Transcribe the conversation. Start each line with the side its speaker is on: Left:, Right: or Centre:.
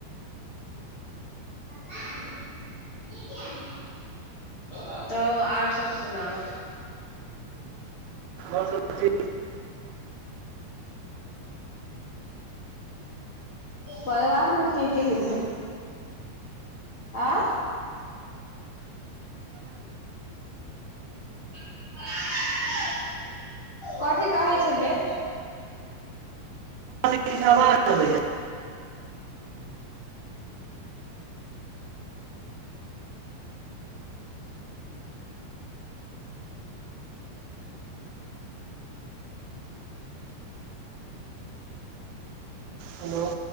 Left: क <unintelligible> तब आर सब सुनाउ
Right: आवाज
Left: परिवार मे के के ह- आ ह <unintelligible> कथी कहै छलियै
Right: वाजबै <unintelligible> हेलो